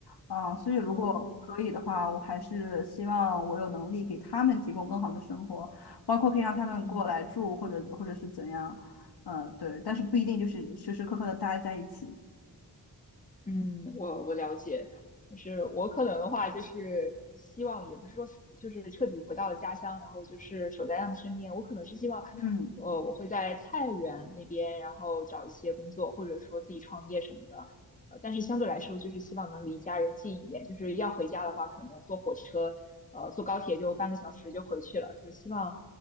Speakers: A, on the left; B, on the left.
A: 啊，所以如果可以的话，
B: 哦。
A: 我还是希望我有能力给他们提供更好的生活，包括可以让他们过来住，
B: 嗯。
A: 或者或者是怎样，呃，对，但是不一定就是时时刻刻的待在一起。
B: 嗯，我我了解，就是我可能的话，就是希望也不是说是就是彻底回到了家乡，然后就是守在他们身边。我可能是希望，
A: 嗯
B: 呃，我会在太原那边，然后找一些工作，或者说自己创业什么的。呃，但是相对来说，就是希望能离家人近一点。就是要回家的话，可能坐火车，呃，坐高铁就半个小时就回去了。就是希望